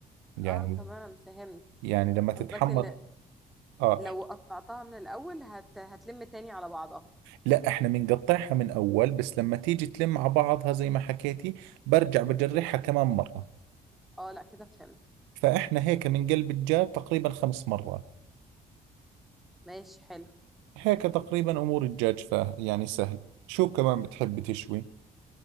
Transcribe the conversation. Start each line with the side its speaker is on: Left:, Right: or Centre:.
Right: يعني
Centre: آه تمام فهمت
Right: يعني لما تتحمر
Centre: قصدك إن
Right: اه
Centre: لو قطعتها من الأول هت... هتلم تاني على بعضها
Right: لا احنا بنقطعها من اول بس لما تيجي تلم مع بعضها زي ما حكيتي برجع بجرحها كمان مرة
Centre: اه لا كده فهمت
Right: فاحنا هيك من قلب الدجاج تقريبا خمس مرات
Centre: ماشي حلو
Right: هيك تقريبا امور الدجاج فا يعني سهل شو كمان بتحبي تشوي